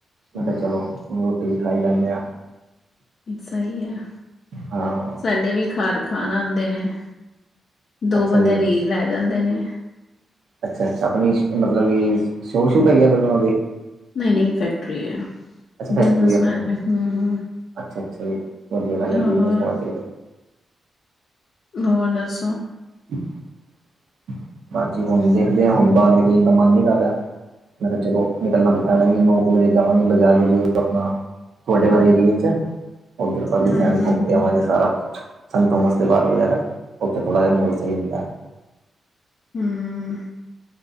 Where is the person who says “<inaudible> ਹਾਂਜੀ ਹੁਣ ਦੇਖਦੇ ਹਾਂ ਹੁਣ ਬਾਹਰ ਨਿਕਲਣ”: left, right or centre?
Right